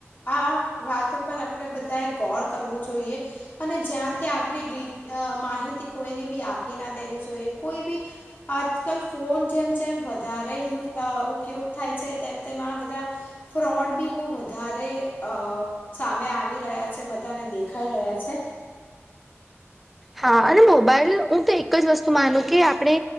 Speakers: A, on the left; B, in the centre.
A: આ વાતો પર અ પડે બધા ગોર કરવું જોઈએ અને જ્યાં ત્યાં આપ ડીટ માહિતી. કોઈને બી આપી ના દેવી જોઈએ કોઈ બી આજકાલ ફોન જેમ જેમ વધારે યુઝ ઉપયોગ થાય છે તેમ તેમ આ બધા ફ્રોડ બી બો વધારે અ છા મે આવી રહ્યા છે બધાને દેખાઈ રહ્યા છે
B: હા અને મોબાઈલ હું તો એક જ વસ્તુ માનું કે આપણે